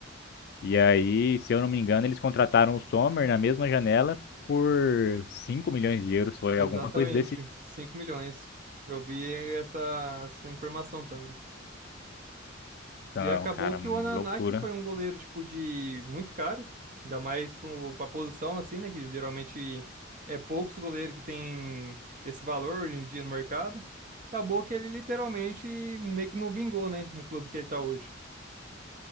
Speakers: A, on the left (about 55°); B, on the right (about 40°).
A: E aí, se eu não me engano, eles contrataram o Sommer na mesma janela por 5 milhões de euros. Foi
B: Exatamente,
A: alguma coisa desse.
B: 5 milhões. Eu vi essa, essa informação também.
A: Então,
B: E acabou
A: cara,
B: que o Onaná,
A: loucura.
B: que foi um goleiro tipo de muito caro, ainda mais para a posição assim, né, que geralmente é poucos goleiros que tem esse valor hoje em dia no mercado. Acabou que ele literalmente meio que não vingou, né, no clube que ele tá hoje.